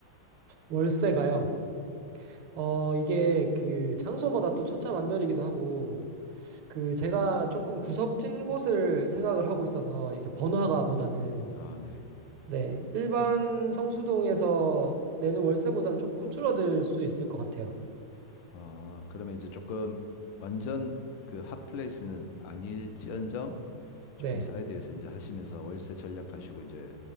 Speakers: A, on the right (about 85°); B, on the left (about 75°).
A: 월세가요. 어 이게 그 장소마다 또 천차만별이기도 하고 그 제가 조금 구석진 곳을 생각을 하고 있어서 이제 번화가보다는
B: 아, 네.
A: 네, 일반 성수동에서 내는 월세보다는 조금 줄어들 수 있을 것 같아요.
B: 아, 그러면 이제 조금 완전 그 핫플레이스는 아닐지언정 조금
A: 네.
B: 사이드에서 이제 하시면서 월세 전략하시고 이제